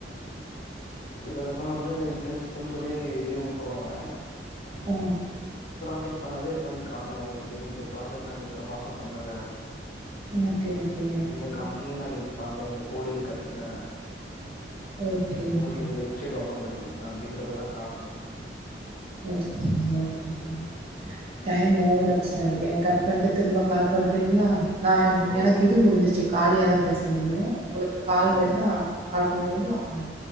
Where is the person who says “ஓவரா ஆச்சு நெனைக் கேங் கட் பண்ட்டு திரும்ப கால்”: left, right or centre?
Right